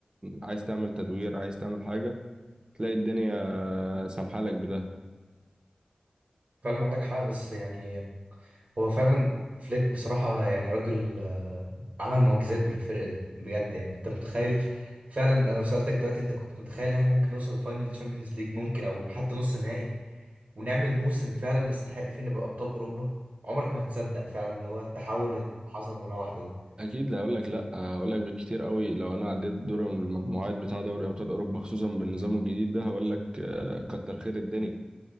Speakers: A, on the right; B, on the right.
A: عايز تعمل تدوير عايز تعمل حاجة تلاقي الدنيا سامحالك بده
B: فعلا عندك حق بس يعني هو فعلا فليك بصراحة يعني راجل آه، عمل معجزات بالفرقة دي بجد يعني انت متخيل فعلا انا لو سألتك دلوقتي انت كنت متخيل ان احنا ممكن نوصل فاينل تشامبيونز ليج ممكن او حتى نص نهائي ونعمل موسم فعلا نستحق فيه نبقى ابطال اوروبا عمرك ما هتصدق فعلا اللي هو التحول اللي حصل مرة واحدة ده
A: اكيد لا هقول لك لا هقول لك بالكتير قوي لو انا عديت دور المجموعات بتاع دوري ابطال اوروبا خصوصا بالنظام الجديد ده هقول لك آه، كتر خير الدنيا